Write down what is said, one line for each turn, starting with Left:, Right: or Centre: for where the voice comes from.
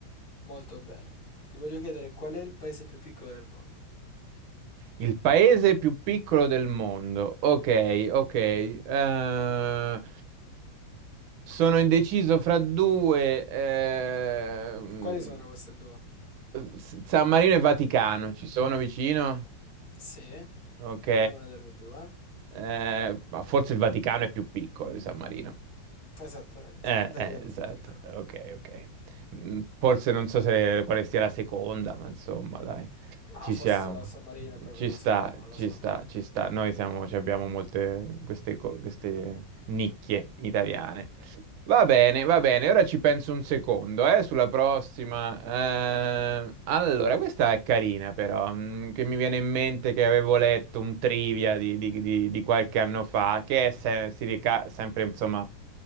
Left: molto bene. Ti voglio chiedere qual è il paese più piccolo del mondo?
Right: Il paese più piccolo del mondo. Ok, ok. Eh, sono indeciso fra due. ehm,
Left: Quali sono queste due?
Right: S- San Marino e Vaticano ci sono vicino?
Left: Sì, è
Right: Ok.
Left: una delle due.
Right: Eh, ma forse il Vaticano è più piccolo di San Marino.
Left: Esattamente,
Right: Eh,
Left: il Vaticano
Right: eh, esatto,
Left: è più piccolo.
Right: ok, ok. Mm, Forse non so se quale sia la seconda, ma insomma, dai,
Left: No,
Right: ci
Left: forse
Right: siamo.
Left: sarà il San Marino proprio
Right: Ci
Left: la
Right: sta,
Left: seconda, non
Right: ci
Left: lo so.
Right: sta, ci sta. Noi siamo, ci abbiamo molte queste, co- queste nicchie italiane. Va bene, va bene, ora ci penso un secondo, eh, sulla prossima. Eh, allora, questa è carina però, mm, che mi viene in mente che avevo letto un trivia di, di- di- di qualche anno fa, che è se- si rica- sempre, insomma,